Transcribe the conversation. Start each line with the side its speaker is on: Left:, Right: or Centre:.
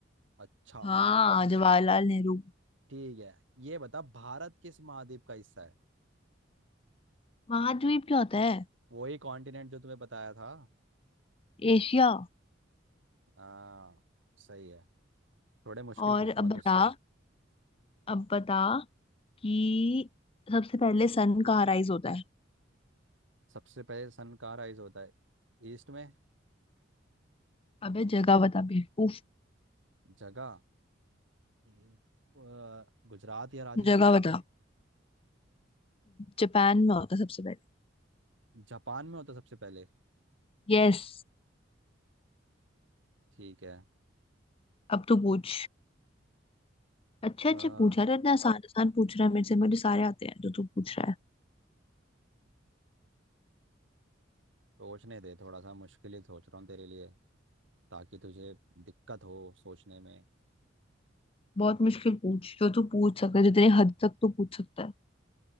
Right: अच्छा
Left: हाँ जवाहरलाल नेहरू
Right: ठीक है ये बता भारत किस महाद्वीप का हिस्सा है
Left: महाद्वीप क्या होता है
Right: वही कॉन्टिनेंट जो तुम्हें बताया था
Left: एशिया
Right: हाँ सही है थोड़े मुश्किल
Left: और
Right: पूछूंगा
Left: अब बता
Right: तुझसे
Left: अब बता कि सबसे पहले सन कहाँ राइज होता है
Right: सबसे पहले सन कहाँ राइज होता है ईस्ट में
Left: अबे जगह बता बेवकूफ
Right: जगह हम्म। अ, गुजरात या राजस्थान
Left: जगह बता जापान में होता है सबसे पहले
Right: जापान में होता सबसे पहले
Left: यस
Right: ठीक है
Left: अब तू पूछ अच्छे
Right: अ,
Left: अच्छे
Right: हम्म,
Left: पूछा रहे इतना आसान आसान पूछ रहा है मेरे से मुझे सारे आते हैं जो तू पूछ रहा है
Right: सोचने दे थोड़ा सा मुश्किल ही सोच रहा हूँ तेरे लिए ताकि तुझे दिक्कत हो सोचने में
Left: बहुत मुश्किल पूछ जो तू पूछ सकता है जितनी हद तक तू पूछ सकता है